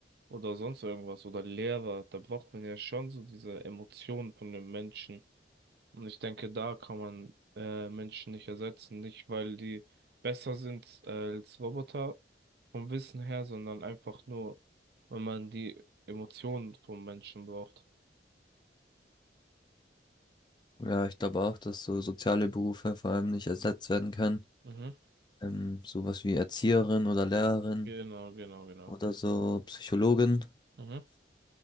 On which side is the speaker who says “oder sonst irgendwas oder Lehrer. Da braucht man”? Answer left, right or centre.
Right